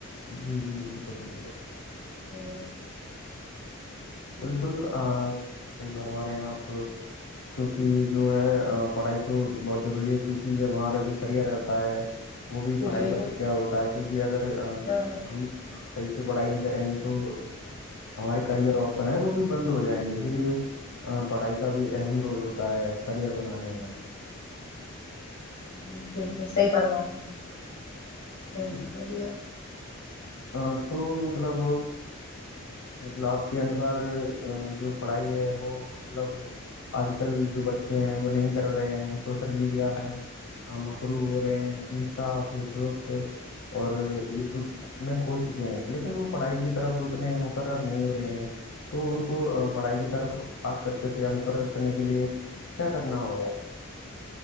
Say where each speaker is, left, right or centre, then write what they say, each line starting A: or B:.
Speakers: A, on the left (about 75°); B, on the left (about 40°).
A: جی جی بالکل بالکل
B: ہوں
A: بالکل بالکل صحیح کرروا رہے ہیں آپ کیونکہ کہ جو ہے پڑھائی تو بہت ضروری ہے کیونکہ یہ ہمارا جو کرئر رہتا ہے وہ بھی پڑھائی
B: جی
A: پر ٹک کیا ہوتا ہے کیونکہ اگر
B: ہاں
A: ہم صحیح سے پڑھائی نہیں کریں گے تو جو ہمارے کرئر آپ س وہ بھی بند ہو جائیں گے اسی لیے پڑھائی کا بھی اہم رول ہوتا ہے کرئر بنانے میں
B: جی بالکل صحی پروا رہاے ہیں
A: جی
B: ویا
A: ا تو مطلب مطلب آپ کے انوسار جو پڑھائی ہے وہ مطلب آج کل جو بچے ہیں وہ نہیں کر رہے ہیں سوشل میڈیا میں مخرو ہو رہے ہیں انسٹا فیس بک اور یوٹیوبک میں کھو چکے ہیں لیکن وہ پڑھائی کی طرف اتنے مقرر نہیں ہو رہے ہیں تو ان کو پڑھائی کی طرف آگ کر سکتے یا مقرر کرنے کے لیے کیا کرنا ہوگا